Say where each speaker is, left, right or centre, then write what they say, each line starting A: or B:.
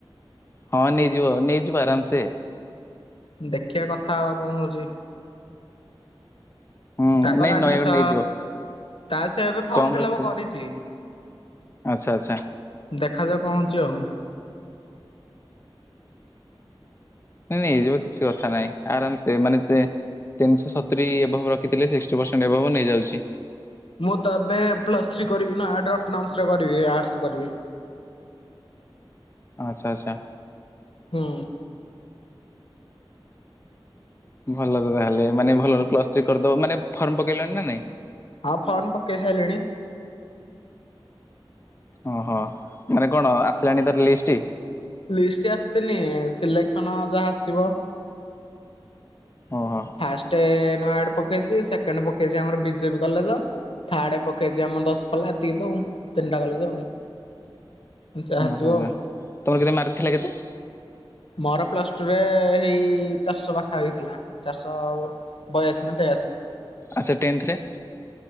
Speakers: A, on the left; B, on the left.
A: ହଁ ନେଇଯିବ ନେଇଯିବ ଆରାମସେ।
B: ଦେଖିବା କଥା ହବା କଅ ହୋଉଚି।
A: ହୁଁ
B: ତାଙ୍କର
A: ନାଇଁ
B: ଆଡମିସନ
A: ନୟାଗଡ଼ ନେଇଯିବ
B: ତା ସେ ଏବେ ଫର୍ମ
A: କମ୍ ରଖିବ।
B: ଫିଲ୍ଅପ କରିଛି
A: ଆଚ୍ଛା ଆଚ୍ଛା
B: ଦେଖାଯାଉ କଣ ହୋଉଛି ଆଉ।
A: ନ ନାଇଁଇଯିବ କିଛି କଥା ନାହିଁ ଆରାମ ସେ ମାନେ ତିନିଶହ ସତୁରି ଏଭବ ରଖିଥିଲେ ସିକ୍ଟୀ ପର୍ସେଣ୍ଟ ଏଭବ ନେଇ ଯାଉଛି।
B: ମୁଁ ତ ଏବେ ପ୍ଲସ ଥ୍ରୀ କରିବି ନୟାଗଡ଼ ଅଟୋନମସ କରିବି ଆର୍ଟସ କରିବି।
A: ଆଚ୍ଛା ଆଚ୍ଛା।
B: ହୁଁ।
A: ଭଲ ତ ତାହେଲେ ମାନେ ଭଲରେ ପ୍ଲସ୍ ଥ୍ରୀ କରିଦବ ମାନେ। ଫର୍ମ ପକେଇଲଣି ନା ନାଇଁ?
B: ହଁ ଫର୍ମ ପକେଇ ସାଇଲିଣୀ?
A: ଓହୋ ମାନେ କଣ ଆସିଲାଣି ତାର ଲିଷ୍ଟ?
B: ଲିଷ୍ଟ ଆସିନି ସିଲେକ୍ସନ ଯାହା ଆସିବ।
A: ଓହୋ
B: ଫାଷ୍ଟେ ନୟାଗଡ ପକେଇଛି ସେକେଣ୍ଡ ପକେଇଛି ଆମର ବିଜେପି କଲେଜ ଥାର୍ଡ ପକେଇଛି ଆମ ଦଶ ପଲ୍ଲା ଏତିକି ତ ଆଉ ତିନିଟା କଲେଜ ଆଉ। ଯାହା
A: ହ <unintelligible>
B: ଆସିବ
A: ତମର
B: ଆଉ।
A: କେତେ ମାରିଥିଲା କେତେ?
B: ମୋର ପ୍ଲସ ଟୁରେ ହେଇ ଚାରିଶ ପାଖା ପାଖି ଥିଲା ଚାରିଶ ବୟାଅଶୀ ନା ତେୟାଅଶୀ।
A: ଆଚ୍ଛା ଟେନ୍ଥ ରେ?